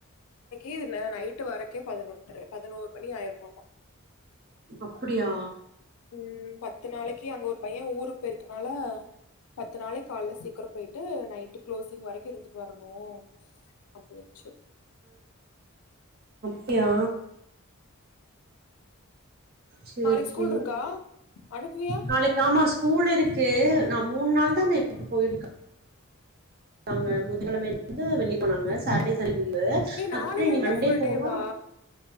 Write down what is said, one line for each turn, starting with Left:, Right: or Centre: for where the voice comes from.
Left: இதுல நைட்டு வரக்கே பதினொன்ற பதினோரு மணி ஆயிருமாமா
Right: அப்பிடியா
Left: ம் பத்து நாளைக்கு அங்க ஒரு பையன் ஊருக் போயிருக்கனால பத்து நாளைக் காலைல சீக்கிரம் போயிட்டு நைட் கிளோசிங் வரைக்கு இருந்துட்டு வரணு அப்டீன்ச்சி
Right: ப்டியா செரி
Left: நாளைக்கு
Right: செரி
Left: ஸ்கூல் இருக்கா அனுப்புவியா
Right: நாளைக்கு ஆமா ஸ்கூல் இருக்கு நா மூண் நாள் தா நேத்துக்கு போயிருக்கா தாங்க அப்புத் கெழமைலருந்து வெள்ளி போனாங்க
Left: ஆமா.
Right: சாட்டர்டே <unintelligible>
Left: ஏ
Right: அதுக்கப்புறோ
Left: நாளைல
Right: இனி
Left: இருந்தா
Right: மண்டே
Left: ஃபுல்
Right: போவா
Left: டேவா